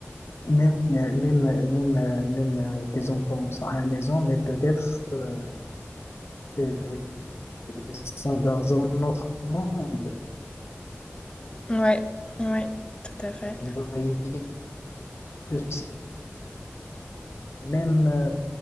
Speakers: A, on the left (about 70°); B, on the left (about 20°).
A: Même, euh, même, euh, même, euh, même euh, tes enfants sont à la maison, mais peut-être euh, euh, ils sont dans un autre monde.
B: ouais, ouais, tout à
A: Vous
B: fait.
A: voyez, c'est même euh,